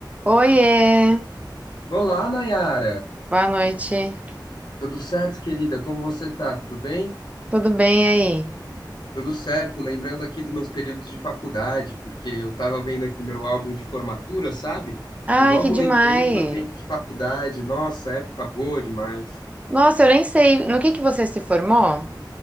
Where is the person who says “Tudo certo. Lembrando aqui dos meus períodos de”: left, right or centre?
Left